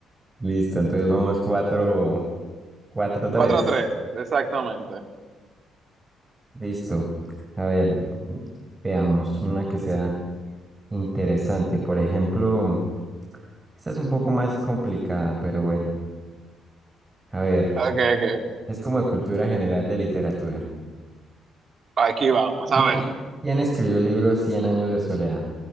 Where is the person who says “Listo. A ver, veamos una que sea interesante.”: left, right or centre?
Right